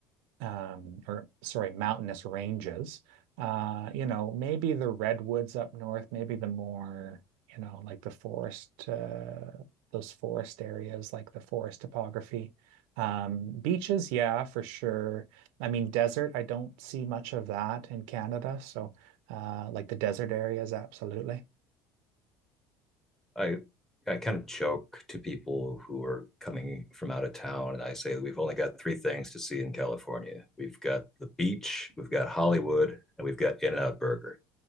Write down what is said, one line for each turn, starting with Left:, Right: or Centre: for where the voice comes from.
Right: um, or sorry, mountainous ranges. Uh, you know, maybe the redwoods up north, maybe the more, you know, like the forest, uh, those forest areas, like the forest topography. Um, beaches, yeah, for sure. I mean, desert, I don't see much of that in Canada. So, uh, like the desert areas, absolutely.
Centre: I, I kind of joke to people who are coming from out of town, and I say that we've only got three things to see in California. We've got the beach, we've got Hollywood, and we've got In-N-Out Burger.